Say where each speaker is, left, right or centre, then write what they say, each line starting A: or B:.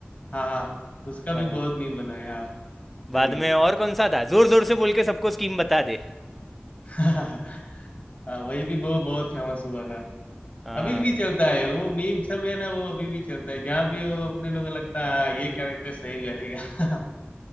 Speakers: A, on the left; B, in the centre.
A: हाँ हाँ उसका भी
B: हाँ,
A: बहुत मीम बना है हाँ
B: बाद
A: सही है
B: में और कौन सा था जोर जोर से बोल के सबको स्कीम बता दे
A: <laughs> हाँ, वही भी बहुत बहुत फेमस हुआ था
B: हाँ
A: अभी भी चलता है वो मीम सब है ना वो अभी भी चलता है जहाँ भी वो अपने लोग लगता है हाँ ये कैरेक्टर सही बैठेगा <laughs>